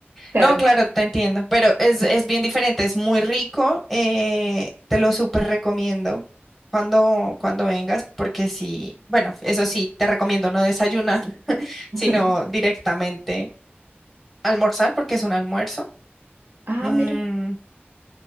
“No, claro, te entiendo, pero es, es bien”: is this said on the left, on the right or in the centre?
Centre